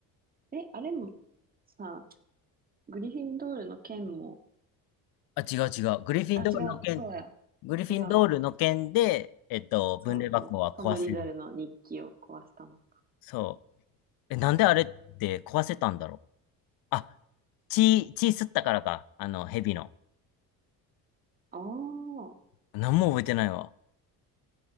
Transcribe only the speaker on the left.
あ、違う違う。グリフィンドールの剣、
グリフィンドールの剣で、
えっと、
分霊箱は壊せる。
そう。え、なんであれって壊せたんだろう。あ、血、血吸ったからか。あの、蛇の。
何も覚えてないわ。